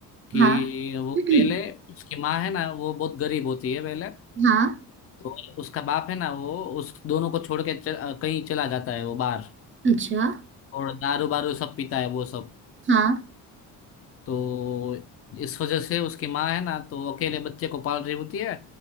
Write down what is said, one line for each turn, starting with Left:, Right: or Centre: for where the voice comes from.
Left: कि
Right: हाँ
Left: वो
Right: <clears throat>
Left: पहले उसकी माँ है ना वो बहुत गरीब होती है पहले
Right: हाँ
Left: तो उसका बाप है ना वो उस दोनों को छोड़ के चल, कहीं चला जाता है वो बाहर
Right: अच्छा
Left: और दारू बारू सब पीता है वो सब
Right: हाँ
Left: तो इस वजह से उसकी माँ है ना तो अकेले बच्चे को पाल रही होती है